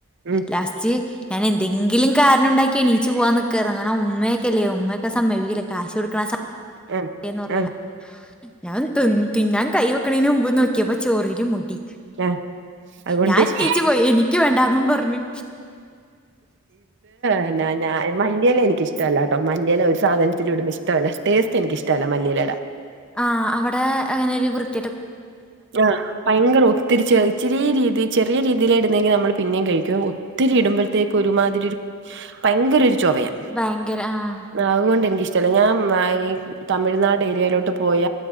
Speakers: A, on the right; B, in the centre.
A: ഉം
B: ലാസ്റ്റ് ഞാൻ എന്തെങ്കിലും കാരണം ഉണ്ടാക്കി എണീച്ച് പോവാൻ നിക്കായിരുന്നു കാരണം ഉമ്മയൊക്കല്ലേ ഉമ്മയക്കെ സമയ്ക്കൂല കാശ് <unintelligible>
A: ആഹ്
B: ന്ന് പറയോ?
A: ആഹ്
B: ഞാൻ തിന്നാൻ കൈ വെക്കണതിന് മുമ്പ് നോക്കിയപ്പോ ചോറിൽ മുടി.
A: ആഹ് അതുകൊണ്ട്
B: ഞാൻ
A: ഇഷ്ട
B: നീച്ച് പോയി എനിക്ക് വേണ്ടന്നും പറഞ്ഞു.
A: പിന്നേ ഞാൻ മല്ലില എനിക്ക് ഇഷ്ടമില്ലാട്ടോ മല്ലയി <unintelligible> <unintelligible> സാധനത്തിലൂടും ഇഷ്ടമില്ല ടേസ്റ്റ് എന്നിക് ഇഷ്ടല്ല മല്ലിയിലട.
B: ആ അവിടെ അങ്ങനെരു വൃ-
A: ആഹ ഭയങ്കര ഒത്തിരിച്ച ചെരിയ രീതി <unintelligible> ചേ രീതിയില ഇുന്നെങ്കിൽ നമ്മൾ പിന്നെയ കഴിക്കുക ഒത്തിരി ഇടു..... ക്ക് ഒരുമാതിരി ഭയങ്കര ഒരു ചൊവയാ
B: ഭയങ്കര ആഹ്
A: അതുകൊണ്ട് എനിക്ക്....... ചില ഞാൻ തമിഴ്നാട് ഏരിയയിലോട്ട് പോയ